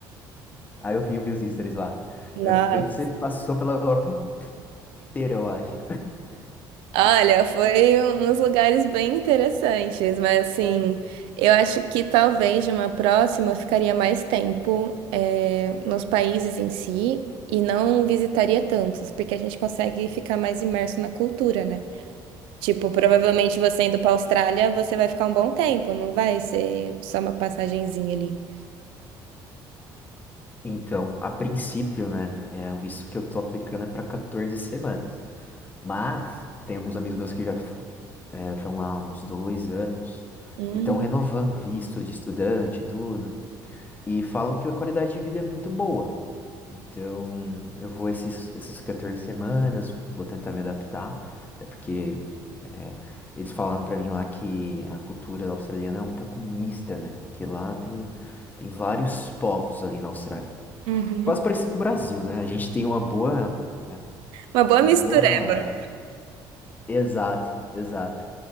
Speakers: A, on the left; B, on the right.
A: Aí eu vi, eu vi os stories lá.
B: Nossa.
A: Eu vi que você passou pela Europa inteira, eu acho.
B: Olha, foi uns lugares bem interessantes, mas assim, eu acho que talvez de uma próxima eu ficaria mais tempo eh, nos países em si e não visitaria tantos, porque a gente consegue ficar mais imerso na cultura, né? Tipo, provavelmente você indo para Austrália, você vai ficar um bom tempo, não vai ser só uma passagenzinha ali.
A: Então, a princípio, né, é, o visto que eu tô aplicando é para 14 semanas. Mas tem alguns amigos meus que já estão lá há uns dois anos
B: Hum,
A: e estão renovando o visto de estudante e tudo. E falam que a qualidade de vida é muito boa. Então, eu vou esses, essas 14 semanas, vou tentar me adaptar, até porque é, eles falaram para mim lá que a cultura australiana é um pouco mista, né? Porque lá tem, tem vários povos ali na Austrália.
B: uhum.
A: quase parecido com o Brasil, né? A gente tem uma boa, né,
B: Uma boa
A: uma
B: mistureba.
A: boa, exato, exato.